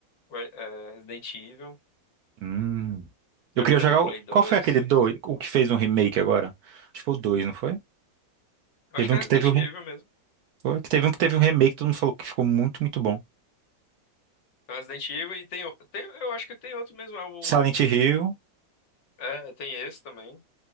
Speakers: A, on the left; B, on the right.
A: Re- é, Resident Evil,
B: Hum. Eu
A: na
B: queria
A: época
B: jogar.
A: do Play
B: o-
A: 2.
B: Qual foi aquele dois, o que fez um remake agora? Acho que foi o dois, não foi?
A: Eu
B: Teve
A: acho que
B: um
A: é
B: que
A: Resident
B: teve um, re-
A: Evil mesmo.
B: foi, que teve um que teve um remake, todo mundo falou que ficou muito, muito bom.
A: É Resident Evil e tem, o- tem. Eu acho que tem outro mesmo. É o.
B: Silent Hill,
A: É, tem esse também.